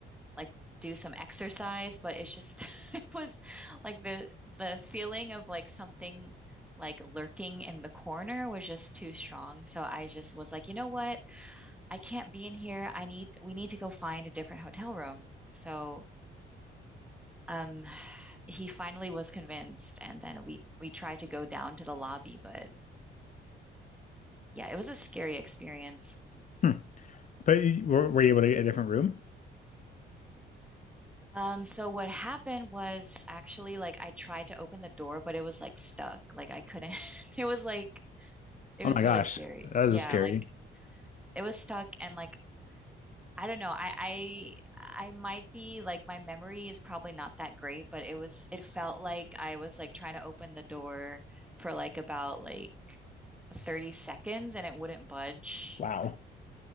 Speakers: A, in the centre; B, on the left.
A: like do some exercise, but it's just <laughs> it was like the the feeling of like something like lurking in the corner was just too strong. So I just was like, you know what? I can't be in here. I need we need to go find a different hotel room. So um, he finally was convinced, and then we we tried to go down to the lobby, but yeah, it was a scary experience.
B: Hmm. But you- were, were you able to get a different room?
A: Um, so what happened was actually like I tried to open the door, but it was like stuck. Like I couldn't. <laughs> It was like it
B: Oh
A: was
B: my gosh,
A: really scary.
B: that
A: Yeah,
B: is scary.
A: like it was stuck, and like I don't know. I, I I might be like my memory is probably not that great, but it was it felt like I was like trying to open the door for like about like 30 seconds and it wouldn't budge.
B: Wow.